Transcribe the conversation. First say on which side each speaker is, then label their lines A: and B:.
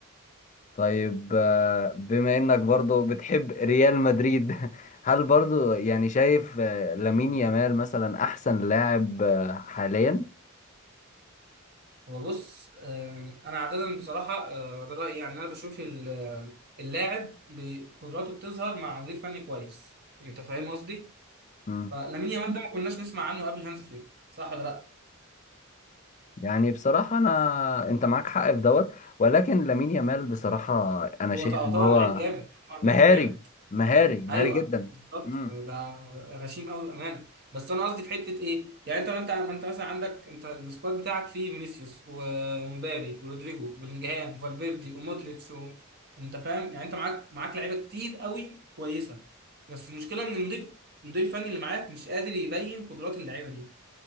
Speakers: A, on the left; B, on the right.
A: طيب آه، بما انك برضو بتحب ريال مدريد <laughs> هل برضو يعني شايف آه، لامين يامال مثلا احسن لاعب آه، حاليا
B: هو بص آم، انا عاده بصراحه آه، ده رايي يعني انا بشوف ال- آه، اللاعب بقدراته بتظهر مع مدير فني كويس انت فاهم قصدي
A: مم.
B: فلامين يامال ده ما كناش نسمع عنه قبل هانز فليك صح ولا لا
A: يعني بصراحة انا انت معاك حق في دوت ولكن لامين يامال بصراحة انا
B: هو
A: شايف
B: طبعا
A: ان
B: طبعا
A: هو
B: لعيب جامد طبعا
A: مهاري
B: لعيب جامد
A: مهاري مهاري
B: ايوه
A: جدا
B: بالظبط
A: مم.
B: ده غشيم قوي بامانه بس انا قصدي في حته ايه يعني انت ما انت ما انت مثلا عندك انت السكواد بتاعك فيه فينيسيوس و- ومبابي ورودريجو وبلينجهام وفالفيردي ومودريتش و... انت فاهم يعني انت معاك معاك لعيبه كتير قوي كويسه بس المشكله ان المدير المدير الفني اللي معاك مش قادر يبين قدرات اللعيبه دي